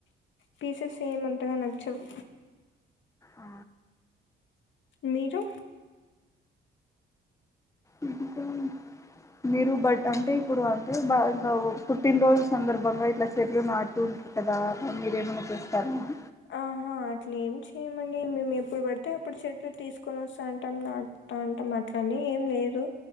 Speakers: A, on the left; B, on the left.
A: పీసెస్ ఏమంతగా నచ్చవు.
B: ఆ
A: మీరు
B: ఇది దామ్ మీరు బట్ అంటే ఇప్పుడు అంటే బ ఇంకా పుట్టిన రోజు సందర్భంగా ఇట్లా చెట్లు నాటుతూ ఉంటరు కదా అ మీరేమైనా చేస్తారా ఆ
A: ఆహా అట్లే ఏం చేయమండి మేము ఎప్పుడు పడితే అప్పుడు చెట్లు తీసుకొని వస్తా ఉంటాం నాట్ తావుంటాం అట్లాని ఏం లేదు.